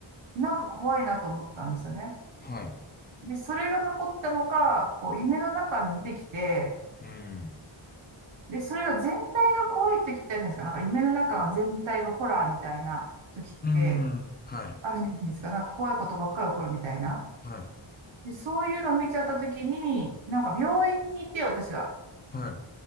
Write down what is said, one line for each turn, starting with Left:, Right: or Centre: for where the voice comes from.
Right: なんか怖いなと思ったんですよね。
Left: はい。
Right: で、それが残ったのか、こう、夢の中に出てきて、
Left: うん。
Right: で、それが全体が怖いって聞いたじゃないですか。なんか夢の中全体がホラーみたいな時って、
Left: うん。はい。
Right: あるじゃないですか。なんか怖いことばっかり起こるみたいな。
Left: はい。
Right: で、そういうのを見ちゃった時に、なんか病院にいて、私は。
Left: はい。